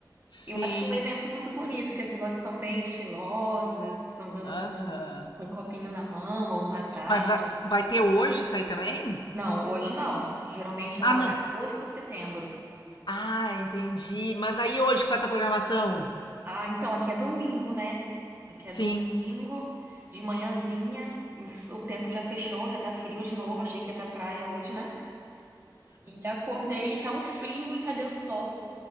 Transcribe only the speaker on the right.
Eu acho um evento muito bonito, que as pessoas estão bem estilosas, andando
com com um copinho na mão ou uma taça.
de-
Não, hoje não. Geralmente
lá
para agosto, setembro.
Ah, então aqui é domingo, né? Aqui
é domingo, de manhãzinha, os- o tempo já fechou, já tá frio de novo. Achei que ia pra praia hoje, né? E acordei, e tá um frio e cadê o sol?